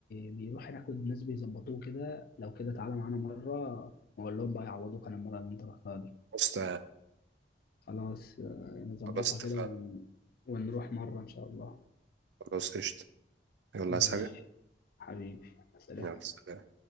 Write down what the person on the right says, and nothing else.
بس
خلاص اتفقنا
خلاص قشطه يلا
عايز حاجه
يلا سلام